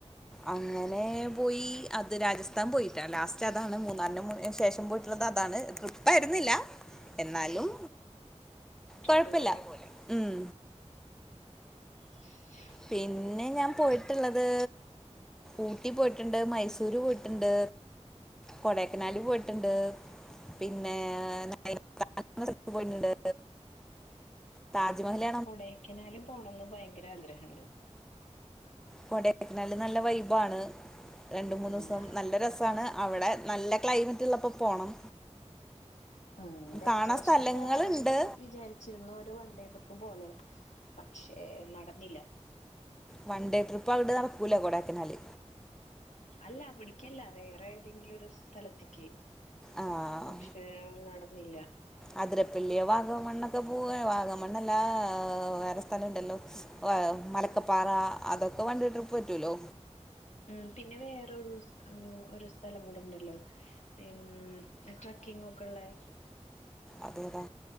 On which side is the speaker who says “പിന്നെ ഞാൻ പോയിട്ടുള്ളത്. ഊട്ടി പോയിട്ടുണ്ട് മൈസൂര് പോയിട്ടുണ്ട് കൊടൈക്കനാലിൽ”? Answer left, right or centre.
Centre